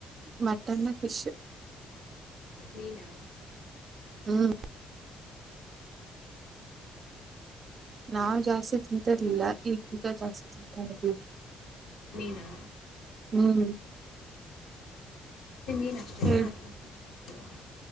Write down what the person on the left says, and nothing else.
ಮೀನಾ.
ಮೀನಾ.
ಮತ್ತು ಮೀನು ಅಷ್ಟೇನಾ
ಅದು ಮತ್ತೇನು ತಿನ್ನಲ್ವಾ